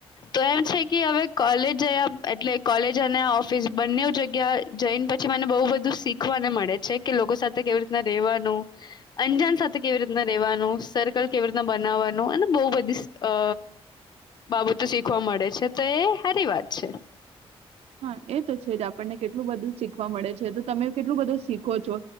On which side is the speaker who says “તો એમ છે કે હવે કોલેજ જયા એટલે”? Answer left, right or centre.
Left